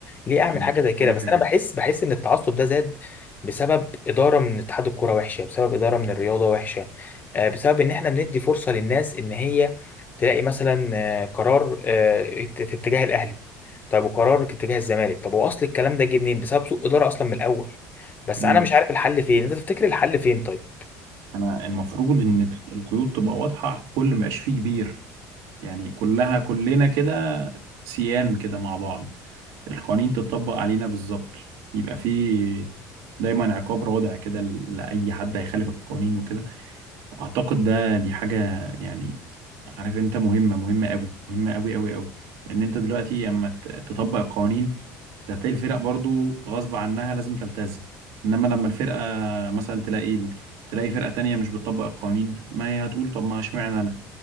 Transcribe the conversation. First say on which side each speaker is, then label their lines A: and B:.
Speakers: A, on the left; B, on the right.
A: ليه اعمل
B: مم.
A: حاجه زي كده
B: دي
A: بس
B: حقيقة
A: انا بحس بحس ان التعصب ده زاد بسبب اداره من اتحاد الكوره وحشه بسبب اداره من الرياضه وحشه آه، بسبب ان احنا بندي فرصه للناس ان هي تلاقي مثلا آه، قرار آه، ات- في اتجاه الاهلي طب وقرار في اتجاه الزمالك طب هو اصل الكلام ده جه منين بسبب سوء اداره اصلا من الاول بس
B: مم.
A: انا مش عارف الحل فين انت تفتكر الحل فين طيب
B: انا المفروض ان القيود تبقى واضحة على الكل ما يبقاش فيه كبير يعني كلها كلنا كده سيان كده مع بعض القوانين تتطبق علينا بالظبط يبقى فيه دايما عقاب رادع كده لأي حد هيخالف القوانين وكده اعتقد ده دي حاجه يعني عارف انت مهمه مهمه قوي مهمه قوي قوي قوي لان انت دلوقتي اما ت- تطبق القوانين ده هتلاقي الفرق برضو غصب عنها لازم تلتزم انما لما الفرقه مثلا تلاقي ال- تلاقي فرقه تانية مش بتطبق القوانين ما هي هتقول طب ما اشمعنى انا